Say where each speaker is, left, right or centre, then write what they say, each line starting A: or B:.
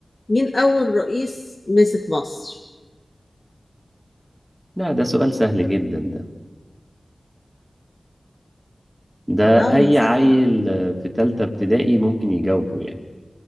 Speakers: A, on the left; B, in the centre.
A: مين أول رئيس مسك مصر؟
B: لا ده سؤال سهل جدا ده ده
A: اه
B: اي
A: ما هو سهل
B: عيل آه، في تالتة ابتدائي ممكن يجاوبه يعني